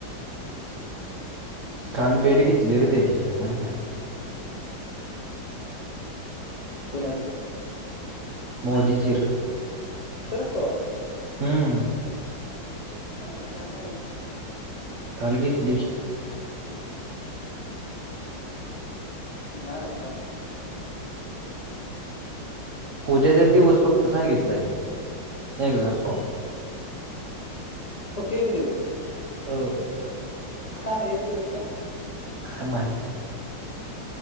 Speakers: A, on the right; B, on the left.
A: काल भेट घेतली र त्यांची कामं.
B: कोणाची?
A: मोदींचीर.
B: शरद पवार नां
A: हम्म
B: आला कायं नाहीं मगं.
A: काल घेतली की.
B: राहीला कायं मगं.
A: उद्याचा दिवसं फक्तं सांगितलंय एक्झाम्पल.
B: फक्तं एक दिवसं.
A: हो.
B: कां एक दिवसं कां.
A: कायं माहित.